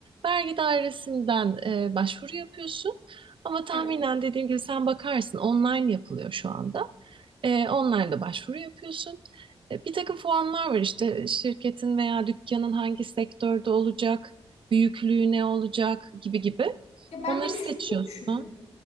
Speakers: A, on the right; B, on the left.
A: Vergi dairesinden e, başvuru yapıyorsun. Ama tahminen
B: Evet.
A: dediğim gibi sen bakarsın online yapılıyor şu anda. E, online'da başvuru yapıyorsun. E, bir takım formlar var işte şirketin veya dükkanın hangi sektörde olacak, büyüklüğü ne olacak gibi gibi.
B: Ya ben
A: Onları
B: bir
A: seçiyorsun.
B: de şunu da düşündüm.